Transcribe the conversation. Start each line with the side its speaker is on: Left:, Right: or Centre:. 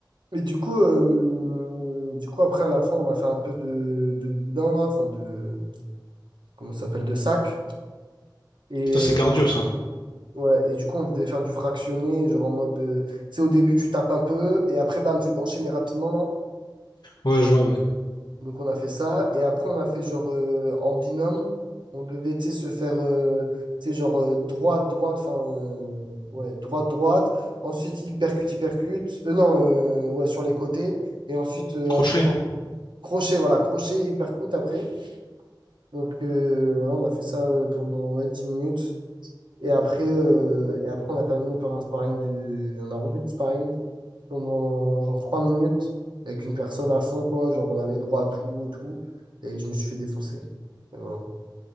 Right: Et du coup, euh, du coup, après, à la fin, on a fait un peu de, de boudin, là, enfin, de, comment ça s'appelle, de sac. Et,
Left: Ça, c'est
Right: euh,
Left: cardio, ça.
Right: ouais, et du coup, on devait faire du fractionné, genre en mode, euh, tu sais, au début, tu tapes un peu, et après, bam, tu enchaînes rapidement, là.
Left: Ouais, je vois, ouais.
Right: Donc on a fait ça. Et après, on a fait genre euh, en binôme, on devait tu sais, se faire euh, tu sais, genre euh, droite, droite, enfin euh, ouais, droite, droite. Ensuite, hypercute, hypercute. Euh, non, euh, ouais, sur les côtés. Et ensuite, euh,
Left: Crochet?
Right: un truc en crochet, voilà, crochet, hypercute après. Donc euh, voilà, on a fait ça euh, pendant ouais, 10 minutes. Et après, euh, et après, on a terminé par un sparring de. On a refait du sparring pendant genre trois minutes avec une personne à fond, quoi. Genre, on avait droit à tout et tout. Et je me suis fait défoncer. Et voilà.